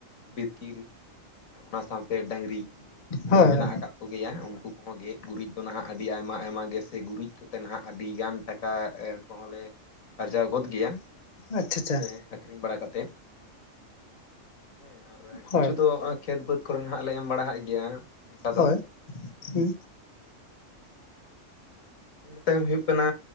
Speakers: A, on the left; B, on the left.
A: ᱵᱤᱛᱠᱤᱞ ᱟᱨ ᱚᱱᱟ ᱥᱟᱶᱛᱮ ᱰᱟᱹᱝᱨᱤ ᱠᱚᱦᱚᱸ
B: ᱦᱳᱭ
A: ᱢᱮᱱᱟᱜ
B: ᱦᱳᱭ
A: ᱟᱠᱟᱫ ᱠᱚᱜᱮᱭᱟ ᱩᱱᱠᱩ ᱦᱚᱸ ᱜᱮᱡ ᱜᱩᱨᱤᱡ ᱫᱚ ᱱᱟᱦᱟᱸᱜ ᱟᱹᱰᱤ ᱟᱭᱢᱟ ᱟᱭᱢᱟ ᱜᱮ ᱥᱮ ᱜᱩᱨᱤᱡ ᱠᱚᱛᱮ ᱱᱟᱦᱟᱸᱜ ᱟᱹᱰᱤ ᱜᱟᱱ ᱴᱟᱠᱟ ᱮ ᱠᱚᱦᱚᱸ ᱞᱮ ᱟᱨᱡᱟᱣ ᱜᱚᱫᱽ ᱜᱮᱭᱟ
B: ᱟᱪᱪᱷᱟ ᱟᱪᱪᱷᱟ
A: ᱥᱮ ᱟᱠᱷᱨᱤᱧ ᱵᱟᱲᱟ ᱠᱟᱛᱮᱫ ᱦᱮᱸ ᱟᱨ ᱠᱤᱪᱷᱩ
B: ᱦᱳᱭ
A: ᱫᱚ ᱠᱷᱮᱛ ᱵᱟᱹᱫᱽ ᱠᱚᱨᱮ ᱱᱟᱦᱟᱸᱜ ᱞᱮ ᱮᱢ ᱵᱟᱲᱟᱦᱟᱜ ᱜᱮᱭᱟ ᱚᱝᱠᱟ
B: ᱦᱳᱭ
A: ᱫᱚ
B: ᱦᱩᱸ
A: ᱤᱱᱟᱹ ᱛᱟᱭᱚᱢ ᱦᱩᱭᱩᱜ ᱠᱟᱱᱟ